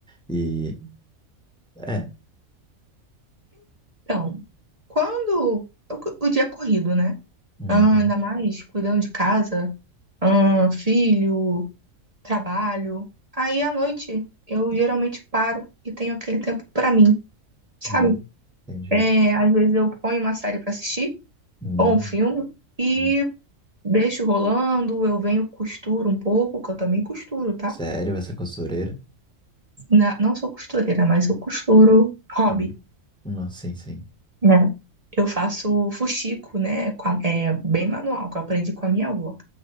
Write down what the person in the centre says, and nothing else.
E é.
Uhum,
uhum, entendi.
Uhum.
uhum.
Sério, você é costureira?
Hum. Não, sim, sim.